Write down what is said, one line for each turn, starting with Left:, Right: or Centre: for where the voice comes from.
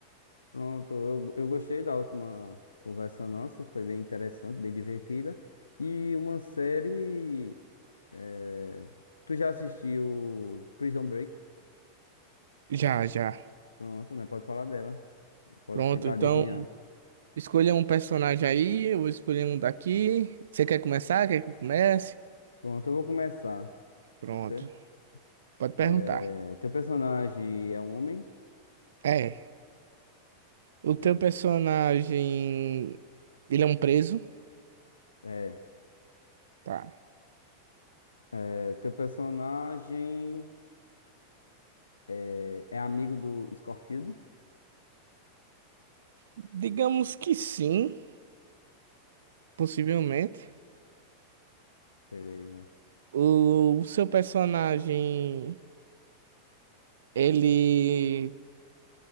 Left: Pronto, eu, eu gostei da última conversa nossa, foi bem interessante, bem divertida. E uma série. eh, Tu já assistiu Prison Break?
Right: Já, já.
Left: Pronto, né? Pode falar dela. Pode
Right: Pronto,
Left: tentar
Right: então
Left: adivinhar.
Right: escolha um personagem aí, eu vou escolher um daqui. Você quer começar? Quer que eu comece?
Left: Pronto, eu vou começar.
Right: Pronto.
Left: Pode ser?
Right: Pode perguntar.
Left: Eh, Teu personagem é um homem?
Right: É. O
Left: Beleza.
Right: teu personagem. Ele é um preso?
Left: É.
Right: Tá.
Left: Eh, Teu personagem eh, é amigo do Scofield?
Right: Digamos que sim, possivelmente.
Left: Beleza.
Right: O, o seu personagem. Ele